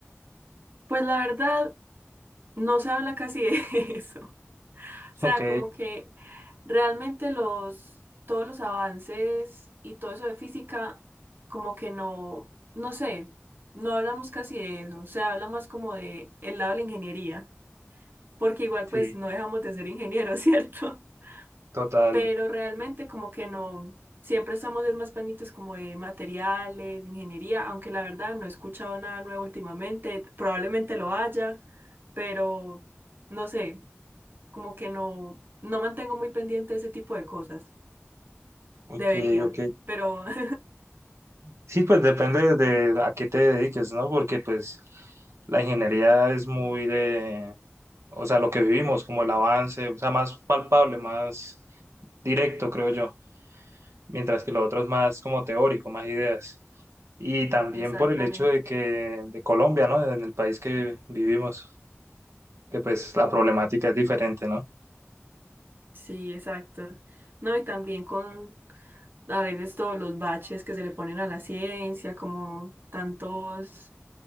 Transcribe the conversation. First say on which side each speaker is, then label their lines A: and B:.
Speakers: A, on the right; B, on the right.
A: Pues la verdad, no se habla casi de <laughs> eso. O sea,
B: Ok,
A: como que realmente los, todos los avances y todo eso de física, como que no, no sé, no hablamos casi de eso. Se habla más como de el lado de la ingeniería, porque igual pues
B: Sí.
A: no dejamos de ser ingenieros, <laughs> ¿cierto?
B: total.
A: pero realmente como que no, siempre estamos es más pendientes como de materiales, de ingeniería, aunque la verdad no he escuchado nada nuevo últimamente, probablemente lo haya, pero no sé, como que no, no mantengo muy pendiente ese tipo de cosas.
B: Ok,
A: Debería,
B: ok.
A: pero <laughs>
B: Sí, pues depende de a qué te dediques, ¿no? Porque pues la ingeniería es muy de, o sea, lo que vivimos, como el avance, o sea, más palpable, más directo, creo yo, mientras que lo otro es más como teórico, más ideas. Y también
A: exactamente.
B: por el hecho de que, de Colombia, ¿no? En el país que vivimos, que pues la problemática es diferente, ¿no?
A: Sí, exacto. No, y también con a veces todos los baches que se le ponen a la ciencia, como tantos